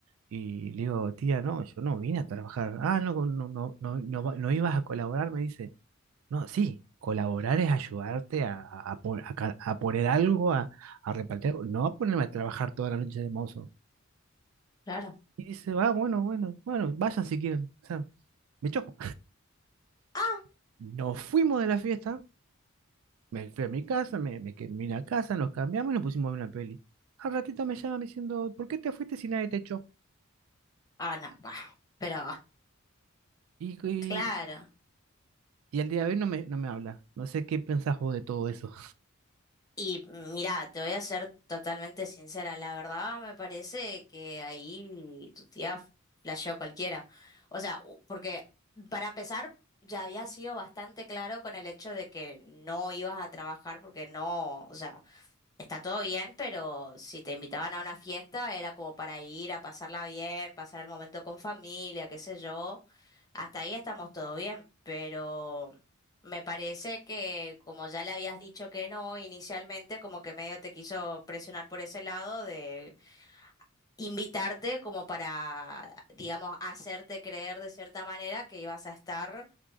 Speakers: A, on the right; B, on the left.
A: Y le digo, tía, no, yo no vine a trabajar. Ah, no, no, no, no, no, va- no ibas a colaborar, me dice. No, sí, colaborar es ayudarte a, a, a pon- a ca- a poner algo, a, a repartir algo, no a ponerme a trabajar toda la noche de mozo.
B: claro.
A: Y dice, va, bueno, bueno, bueno, vayan si quieren, o sea, me choco.
B: Ah,
A: <laughs> Nos fuimos de la fiesta Me fui a mi casa, me, me quedé vine a casa, nos cambiamos y nos pusimos a ver una peli. Al ratito me llama diciendo, ¿por qué te fuiste si nadie te echó?
B: ah, no, va. Pero,
A: Y, y,
B: claro.
A: y el día de hoy no me, no me habla. No sé qué pensás vos de todo eso.
B: Y mira, te voy a ser totalmente sincera. La verdad me parece que ahí tu tía flasheó cualquiera. O sea, u- porque para empezar, ya había sido bastante claro con el hecho de que no ibas a trabajar porque no, o sea. Está todo bien, pero si te invitaban a una fiesta era como para ir a pasarla bien, pasar el momento con familia, qué sé yo. Hasta ahí estamos todo bien, pero me parece que como ya le habías dicho que no inicialmente, como que medio te quiso presionar por ese lado de invitarte como para, digamos, hacerte creer de cierta manera que ibas a estar